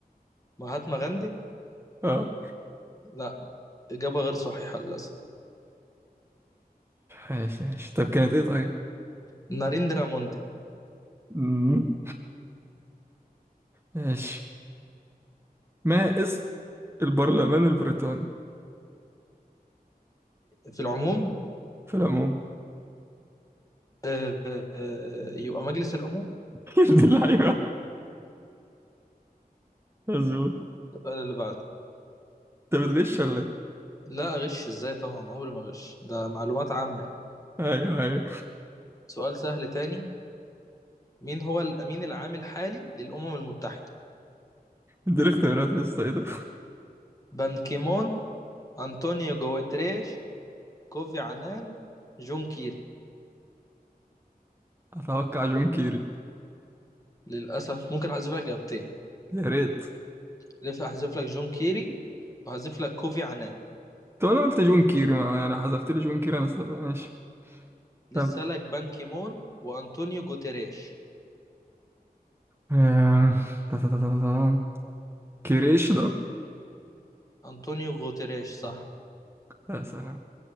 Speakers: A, on the left; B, on the right.
A: مهاتما غاندي
B: اه
A: لا إجابة غير صحيحة للأسف
B: ماشي ماشي طب كانت ايه طيب
A: ناريندرا موندي
B: مم. ماشي ما اسم البرلمان البريطاني
A: في العموم
B: في العموم
A: آه، آه، يبقى مجلس العموم
B: <laughs> يا دي اللعيبة مظبوط
A: السؤال اللي بعده
B: انت بتغش ولا ايه؟
A: لا أغش إزاي طبعا عمري ما أغش ده معلومات عامة يعني
B: ايوه ايوه
A: سؤال سهل تاني مين هو الأمين العام الحالي للأمم المتحدة
B: اديني اختيارات يا اسطى ايه ده
A: بان كيمون أنطونيو جواتريش كوفي عنان جون كيري
B: اتوقع جون كيري
A: للأسف ممكن أحذف لك إجابتين
B: يا ريت
A: لف أحذف لك جون كيري وأحذف لك كوفي عنان
B: طب انا قلت جون كيري ما يعني حذفت لي جون كيري انا سب... ماشي
A: لسه
B: طب
A: لك بان كيمون وأنطونيو جوتريش
B: آم، تا- تا- تا- تا- تا- تا. كريش ده
A: أنطونيو جوتريش صح
B: يا سلام